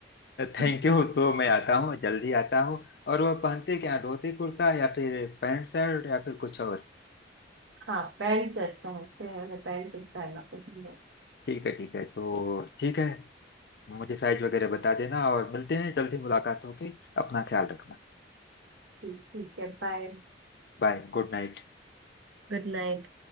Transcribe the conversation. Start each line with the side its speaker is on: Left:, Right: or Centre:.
Right: <laughs>
Left: थैंक यू तो मैं आता हूँ जल्दी आता हूँ और वह पहनते क्या धोती कुर्ता या फिर पैंट शर्ट या फिर कुछ और
Right: हाँ पैंट शर्ट पहनते हैं हमें पैंट शर्ट पहनना पसंद है
Left: ठीक है ठीक है तो ठीक है मुझे साइज वगैरह बता देना और मिलते हैं जल्दी मुलाकात होगी अपना ख्याल रखना
Right: जी, ठीक है बाय
Left: बाय Good night
Right: Good night